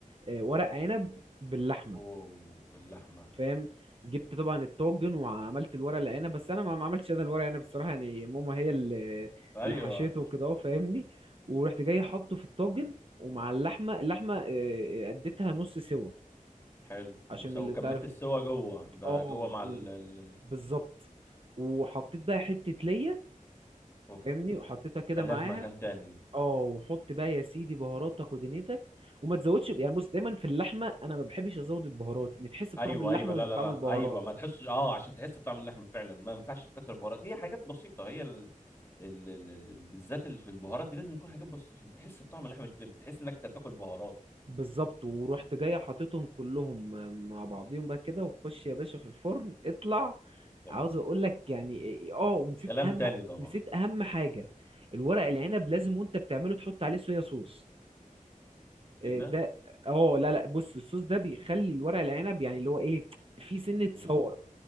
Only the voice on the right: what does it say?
آه، ورق عنب باللحمه
فاهم جبت طبعا الطاجن وعملت الورق العنب بس انا ما ما عملتش انا الورق العنب الصراحه يعني ماما هي اللي
اللي حشيته وكده اهو فاهمني ورحت جاي حاطه في الطاجن ومع اللحمه اللحمه آه، آه، اديتها نص سوا
عشان
اللي انت
عارف
اه
بالظبط وحطيت بقى حته ليا
فاهمني وحطيتها كده
معاها
اه وحط بقى يا سيدي بهاراتك ودنيتك وما تزودش يعني بص دايما في اللحمه انا ما بحبش ازود البهارات ان تحس بطعم
اللحمه
مش بطعم
البهارات
بالظبط ورحت جاي حاططهم كلهم مع بعضيهم بقى كده وخش يا باشا في الفرن اطلع
عاوز اقول لك يعني إيه- إيه، اه ونسيت
اهم
نسيت اهم حاجه الورق العنب لازم وانت بتعمله تحط عليه صويا صوص إيه
ده اه لا لا بص الصوص ده بيخلي الورق العنب يعني اللي هو ايه في سنه
صور